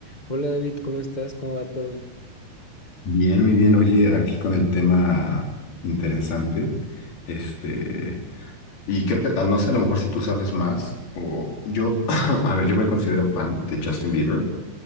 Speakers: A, on the left; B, on the left.
A: Hola David, ¿cómo estás? ¿Cómo va todo?
B: Bien, muy bien. Oye, aquí con el tema interesante, este, y creo que, ah, no sé, a lo mejor si tú sabes más, o yo, <clears throat> a ver, yo me considero fan de Justin Bieber,